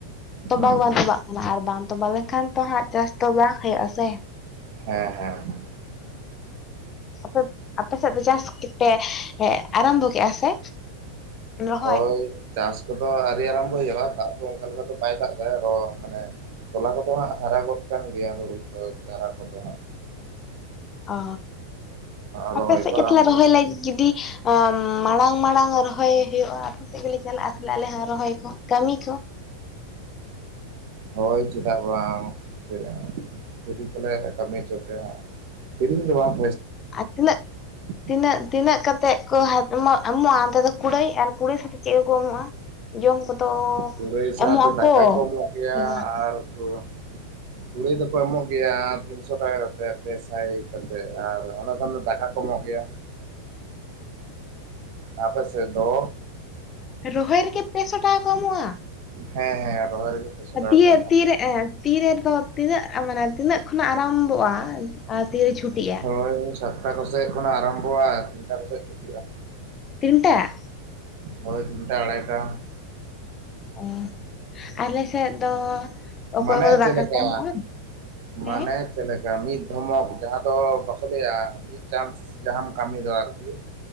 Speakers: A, on the left; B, on the right.
A: ᱛᱚᱸᱵᱟ
B: ᱦᱮᱸ
A: ᱜᱮ ᱵᱟᱝ
B: ᱦᱮᱸ
A: ᱛᱚᱸᱵᱟᱜ ᱠᱟᱱᱟ ᱟᱨ ᱵᱟᱝ ᱛᱚᱸᱵᱟ ᱞᱮᱱᱠᱷᱟᱱ ᱛᱚ ᱦᱟᱸᱜ ᱪᱟᱥ ᱫᱚ ᱵᱟᱝ ᱦᱩᱭᱩᱜᱼᱟ ᱥᱮ
B: ᱦᱮᱸᱻᱦᱮᱸᱻ
A: ᱟᱯᱮ, ᱟᱯᱮ ᱥᱮᱫ ᱫᱚ ᱪᱟᱥ ᱯᱮ ᱮ ᱟᱨᱟᱢᱵᱷᱚ ᱠᱮᱫᱼᱟ ᱥᱮ ᱨᱚᱦᱚᱭ
B: ᱦᱳᱭ ᱪᱟᱥ ᱠᱚᱫᱚ ᱟᱹᱣᱨᱤ ᱟᱨᱚᱢᱵᱷᱚ ᱦᱩᱭᱩᱜᱼᱟ ᱫᱟᱜ ᱫᱚ ᱚᱱᱠᱟ ᱞᱮᱠᱟ ᱫᱚ ᱵᱟᱭ ᱫᱟᱜ ᱮᱫᱟ ᱟᱨᱚ ᱢᱟᱱᱮ ᱛᱚᱞᱟ ᱠᱚᱫᱚ ᱦᱟᱸᱜ ᱦᱟᱨᱟ ᱜᱚᱫ ᱠᱟᱱ ᱜᱮᱭᱟ ᱦᱳᱲᱳ ᱫᱚ ᱪᱟᱨᱟ ᱠᱚᱫᱚ ᱦᱟᱸᱜ
A: ᱚ
B: ᱨᱚᱦᱚᱭ
A: ᱟᱯᱮ ᱥᱮᱫ
B: ᱠᱚ
A: ᱜᱮ
B: ᱟᱨᱟᱢᱵᱚ
A: ᱛᱟᱦᱚᱞᱮ ᱨᱚᱦᱚᱭ ᱞᱟᱹᱜᱤᱫ ᱡᱩᱫᱤ ᱢᱟᱲᱟᱝ-ᱢᱟᱲᱟᱝ ᱨᱚᱦᱚᱭ ᱦᱚᱭᱚᱜᱼᱟ ᱟᱛᱩ ᱥᱮᱫ ᱜᱮᱞᱮ ᱪᱟᱞᱟᱜᱼᱟ ᱛᱟᱦᱚᱞᱮ ᱟᱞᱮ ᱦᱚᱸ ᱨᱚᱦᱚᱭ ᱠᱚ ᱠᱟᱹᱢᱤ ᱠᱚ
B: ᱦᱚᱭ ᱪᱮᱫᱟᱜ ᱵᱟᱝ ᱪᱮ ᱯᱷᱤᱨᱤ ᱛᱮᱞᱮ ᱠᱟᱹᱢᱤ ᱦᱚᱪᱚ ᱯᱮᱭᱟ ᱦᱟᱸᱜ ᱯᱷᱤᱨᱤ ᱛᱮᱫᱚ ᱵᱟᱝ
A: ᱟᱨ ᱛᱤᱱᱟᱹᱜ
B: ᱪᱮᱫ ᱦᱚᱸ ᱵᱟᱝ ᱟᱸᱡᱚᱢᱚᱜ ᱠᱟᱱᱟ
A: ᱛᱤᱱᱟᱹᱜ-ᱛᱤᱱᱟᱹᱜ ᱠᱟᱛᱮᱫ ᱠᱚ ᱮᱢᱚᱜ, ᱮᱢᱚᱜᱼᱟ ᱚᱱᱛᱮ ᱫᱚ ᱠᱩᱲᱟᱹᱭ ᱟᱨ ᱠᱩᱲᱟᱹᱭ ᱥᱟᱛᱮ ᱪᱮᱫ ᱠᱚ ᱮᱢᱚᱜᱼᱟ᱾ ᱡᱚᱢ ᱠᱚᱫᱚ
B: ᱠᱩᱲᱟᱹᱭ ᱥᱟᱶᱛᱮ
A: ᱮᱢᱚᱜ ᱟᱠᱚ
B: ᱫᱟᱠᱟ ᱠᱚ ᱮᱢᱚᱜ ᱜᱮᱭᱟ
A: ᱥᱮ ᱵᱟᱝ
B: ᱟᱨ ᱩᱛᱩ ᱠᱩᱲᱟᱹᱭ ᱫᱚᱠᱚ ᱮᱢᱚᱜ ᱜᱮᱭᱟ ᱛᱤᱱᱥᱚ ᱴᱟᱠᱟ ᱠᱟᱛᱮ ᱯᱮ ᱥᱟᱭ ᱠᱟᱛᱮᱫ ᱟᱨ ᱚᱱᱟ ᱥᱟᱶ ᱫᱚ ᱫᱟᱠᱟ ᱠᱚ ᱮᱢᱚᱜ ᱜᱮᱭᱟ᱾ ᱟᱯᱮ ᱥᱮᱫ ᱫᱚ?
A: ᱨᱚᱦᱚᱭ ᱨᱮᱜᱮ ᱯᱮᱥᱚ ᱴᱟᱠᱟ ᱠᱚ ᱮᱢᱚᱜᱼᱟ ᱾
B: ᱦᱮᱸᱻ ᱦᱮᱸᱻ ᱨᱚᱦᱚᱭ ᱨᱮᱜᱮ ᱯᱮᱥᱚ ᱴᱟᱠᱟ
A: ᱛᱤᱭᱟᱹᱜ
B: ᱠᱚ ᱮᱢᱚᱜᱼᱟ
A: ᱛᱤᱨᱮ ᱮᱸ ᱛᱤᱨᱮᱫᱚ ᱛᱤᱱᱟᱹᱜ ᱢᱟᱱᱮ ᱛᱤᱱᱟᱹᱜ ᱠᱷᱚᱱᱟᱜ ᱟᱨᱟᱢᱵᱷᱚᱜᱼᱟ ᱟᱨ ᱛᱤᱨᱮ ᱪᱷᱩᱴᱤᱜᱼᱟ?
B: ᱦᱚᱭ ᱥᱟᱛᱴᱟ ᱠᱚᱥᱮᱡ ᱠᱷᱚᱱᱟᱜ ᱟᱨᱟᱢᱵᱷᱚᱜᱼᱟ ᱛᱤᱱᱴᱟ ᱠᱚᱥᱮᱡ ᱪᱷᱩᱴᱤᱜᱼᱟ᱾
A: ᱛᱤᱱᱴᱟ
B: ᱦᱚᱭ ᱛᱤᱱᱴᱟ ᱟᱲᱦᱟᱹᱭᱴᱟ
A: ᱚ ᱟᱞᱮ ᱥᱮᱫ ᱫᱚ ᱚᱠᱚᱭ
B: ᱢᱟᱱᱮ
A: ᱠᱚᱫᱚ
B: ᱪᱮᱫ
A: ᱫᱟᱠᱟ
B: ᱞᱮᱠᱟ
A: ᱠᱚ ᱮᱢᱚᱜᱼᱟ
B: ᱢᱟᱱᱮ
A: ᱦᱮᱸᱻ
B: ᱪᱮᱫ ᱞᱮᱠᱟ ᱢᱤᱫ ᱫᱷᱚᱢᱚᱠ ᱡᱟᱦᱟᱸ ᱫᱚ ᱵᱟᱠᱚ ᱞᱟᱹᱭᱟ ᱪᱟᱱᱥ ᱡᱟᱦᱟᱸᱟᱢ ᱠᱟᱹᱢᱤ ᱫᱚ ᱟᱨᱠᱤ